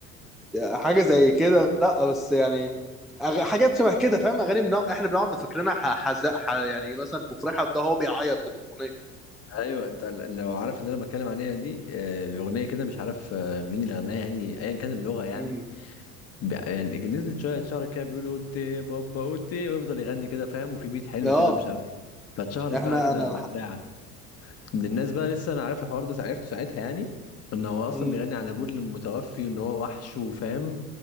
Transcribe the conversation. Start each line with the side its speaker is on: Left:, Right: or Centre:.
Centre: حاجه زي كده لا بس يعني أغ... حاجات شبه كده فاهم اغاني بنا... احنا بنقعد فاكرينها ح... حزق ح... يعني مثلا مفرحه بتاع هو بيعيط في الاغنيه
Left: ايوه انت ل- لو عارف اللي انا بتكلم عليها دي آه، اغنيه كده مش عارف آه، مين اللي غناها يعني ايا كان اللغه يعني
Centre: امم
Left: ب- يعني نزلت شويه شهر كده بيقولوا اوتي بابا اوتي ويفضل يغني كده فاهم وفي بيت حلو
Centre: اه
Left: كده ومش عارف ايه فاتشهرت
Centre: احنا
Left: بقى كده
Centre: انا الحق
Left: وبتاع من الناس بقى لسه انا عارف الحوار ده عرفته ساعتها يعني ان هو اصلا
Centre: امم
Left: بيغني عن ابوه المتوفي وان هو وحش وفاهم